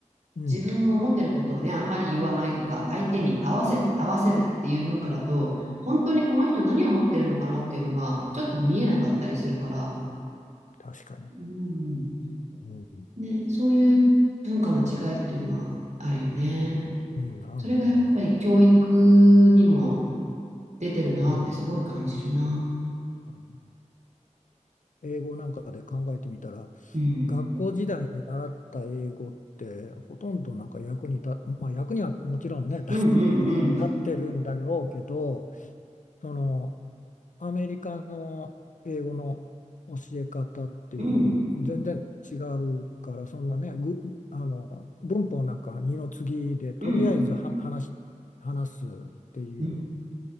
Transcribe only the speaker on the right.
自分を持ってることをね、あんまり言わないとか、相手に合わせ、合わせるっていう文化だと、本当にこの人何を持ってるのかなっていうのが、ちょっと見えなかったりするから、
うん
ね、そういう文化の違いっていうのはあるよね。
それがやっぱり教育にも出てるなってすごい感じるな。
うん。
うんうんうん。
うん。
うん。
うん。